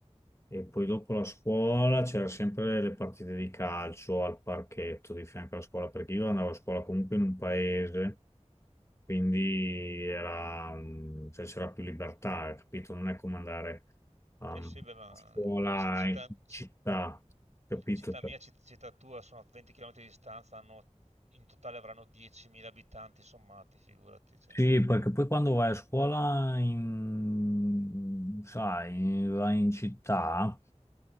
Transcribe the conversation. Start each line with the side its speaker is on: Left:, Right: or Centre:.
Left: e poi dopo la scuola c'erano sempre le partite di calcio al parchetto di fianco alla scuola, perché io andavo a scuola comunque in un paese, quindi era, mm, cioè, c'era più libertà, capito? Non è come andare um,
Right: Sì, sì, beh, ma
Left: a scuola
Right: eh, ci- città,
Left: in
Right: ci-
Left: città, capito?
Right: città
Left: Cioè,
Right: mia, citt- città tua sono a 20 km di distanza, hanno- in totale avranno 10.000 abitanti sommati, figurati. cioè.
Left: Sì, perché poi quando vai a scuola in, sai, in- vai in città